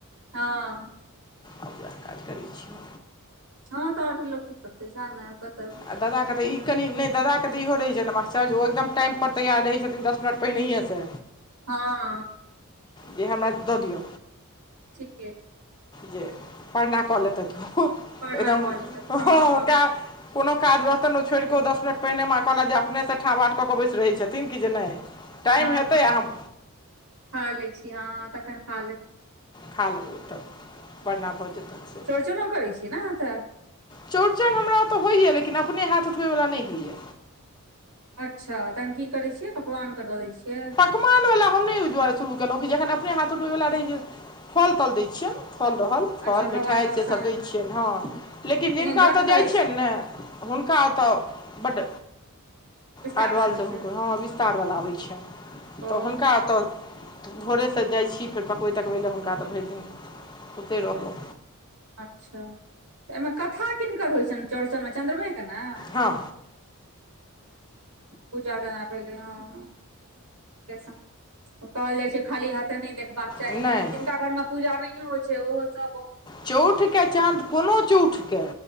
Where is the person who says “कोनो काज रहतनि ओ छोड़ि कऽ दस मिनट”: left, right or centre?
Left